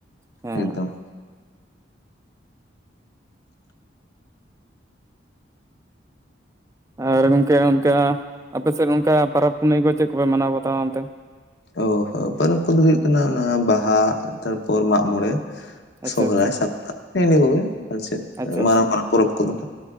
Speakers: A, on the right; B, on the left.
A: ᱦᱩᱸ᱾
B: ᱮᱠᱫᱚᱢ
A: ᱟᱨ ᱜᱚᱢᱠᱮ ᱚᱱᱠᱟ ᱟᱯᱮ ᱥᱮᱫ ᱚᱱᱠᱟ ᱯᱟᱨᱚᱵᱽ ᱯᱩᱱᱟᱹᱭ ᱠᱚ ᱪᱮᱫ ᱠᱚᱯᱮ ᱢᱟᱱᱟᱣ ᱵᱟᱛᱟᱣᱟ ᱚᱱᱛᱮ?
B: ᱚ ᱯᱚᱨᱚᱵᱽ ᱠᱚᱫᱚ ᱦᱩᱭᱩᱜ ᱠᱟᱱᱟ ᱚᱱᱟ ᱵᱟᱦᱟ ᱛᱟᱨᱯᱚᱨᱮ ᱢᱟᱜ ᱢᱚᱬᱮ᱾
A: ᱟᱪᱪᱷᱟ
B: ᱥᱚᱦᱚᱨᱟᱭ
A: ᱟᱪᱪᱷᱟ
B: ᱥᱟᱠᱨᱟᱛ ᱱᱮᱜᱱᱤᱭᱟᱹ ᱠᱚᱜᱮ᱾ ᱟᱨ ᱪᱮᱫ
A: ᱟᱪᱪᱷᱟ
B: ᱢᱟᱨᱟᱝ ᱢᱟᱨᱟᱝ ᱯᱚᱨᱚᱵᱽ ᱠᱚᱫᱚ ᱱᱟᱦᱟᱜ